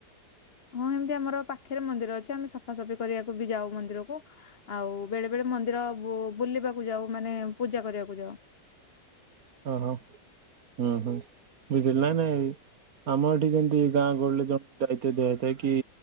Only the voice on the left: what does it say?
ହଁ ଏମିତି ଆମର ପାଖରେ ମନ୍ଦିର ଅଛି। ଆମେ ସ ସଫାସଫି କରିବାକୁ ବି ଯାଉ ମନ୍ଦିରକୁ। ଆଉ ବେଳେ, ବେଳେ ମନ୍ଦିର ବୋ ବୁଲିବାକୁ ଯାଉ, ମାନେ ପୂଜା କରିବାକୁ ଯାଉ।